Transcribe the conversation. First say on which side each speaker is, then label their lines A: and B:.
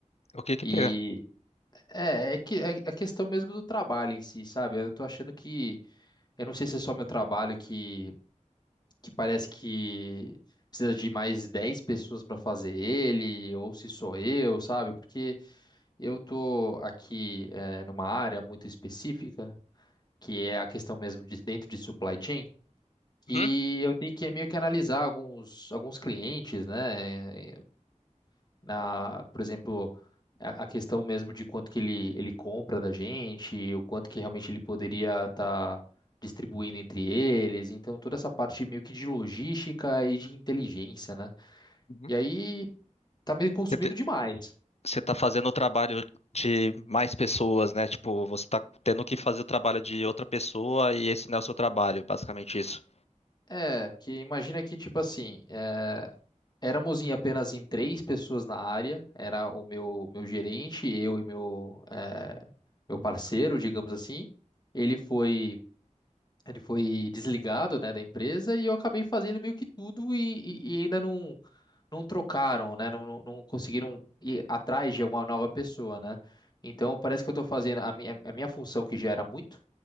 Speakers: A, on the left; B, on the left.
A: O que que
B: E
A: pegar?
B: é, é que é a questão mesmo do trabalho em si, sabe? Eu tô achando que, eu não sei se é só meu trabalho que que parece que precisa de mais 10 pessoas para fazer ele, ou se sou eu, sabe? Porque eu tô aqui eh, numa área muito específica, que é a questão mesmo de dentro de supply chain, que
A: Uhum.
B: eu tenho que meio que analisar alguns, alguns clientes, né? na, por exemplo, a, a questão mesmo de quanto que ele, ele compra da gente, o quanto que realmente ele poderia estar distribuindo entre eles. Então, toda essa parte meio que de logística e de inteligência, né?
A: Uhum.
B: E aí tá me consumindo
A: Você te-
B: demais.
A: você tá fazendo o trabalho de mais pessoas, né? Tipo, você tá tendo que fazer o trabalho de outra pessoa e esse não é o seu trabalho, basicamente isso.
B: É, porque imagina que, tipo assim, é, éramos em apenas em três pessoas na área, era o meu, meu gerente, eu e meu, é, meu parceiro, digamos assim. Ele foi. Ele foi desligado, né, da empresa e eu acabei fazendo meio que tudo e, e- e ainda não, não trocaram, né, não, não não conseguiram ir atrás de uma nova pessoa, né? Então parece que eu estou fazendo a minha, a minha função que já era muito,